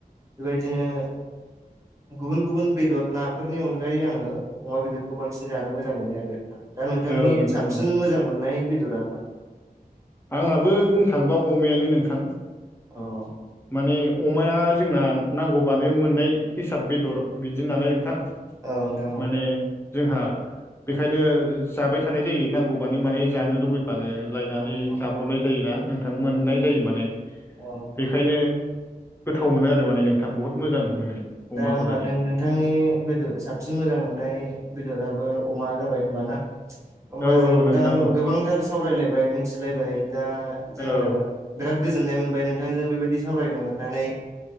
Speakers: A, on the right; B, on the left.
A: बेबायदिनो <inaudible> गुबुन गुबुन बेदर नाफोरनि अनगायै आङो अमा बेदरखौ बांसिन जानो मोजां मोनो आरो नोंथां दा नोंथांनि
B: औ नोंथां
A: साबसिन
B: औ
A: मोजां मोननाय बेदरा मा
B: आंनाबो बुंनो थाङोबा अमायानो नोंथां
A: औ
B: माने अमाया जोंना नांगौबानो मोननाय हिसाब बेदर बिदि नालाय नोंथां
A: औ नोंथां औ
B: माने जोंहा बेखायनो जाबाय थानाय जायो नांगौबानो माने जानो लुबै माने लायनानै
A: औ औ
B: जाब्रबनाय जायोना नोंथां मोननाय
A: औ
B: जायो माने
A: औ
B: बेखायनो गोथाव मोनो आरो माने नोंथां बहुद मोजां मोनो
A: दा
B: अमाखौ
A: होमबा
B: जानो
A: नों नोंथांनि बेदोर साबसिन मोजां मोननाय बेदराबो अमा जाबाय होमबा ना? होमबा
B: औ
A: जों
B: औ नोंथां
A: थां
B: औ
A: गोबांथार सावरायलायबाय मिथिलायबाय दा जोंङो
B: औ
A: बिराद गोजोननाय मोनबाय नोंथांजों बेबायदि सावरायनो मोननानै